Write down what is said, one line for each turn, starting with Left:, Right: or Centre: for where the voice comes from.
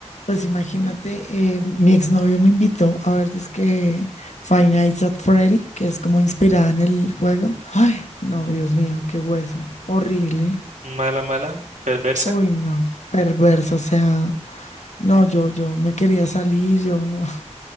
Left: pues imagínate, eh, mi exnovio me invitó a ver, es que Five Nights at Freddy, que es como inspirada en el juego. Ay, no, Dios mío, qué hueso, horrible.
Right: Mala, mala, perversa.
Left: Uy, no, perverso, o sea, no, yo, yo me quería salir, yo no, <laughs>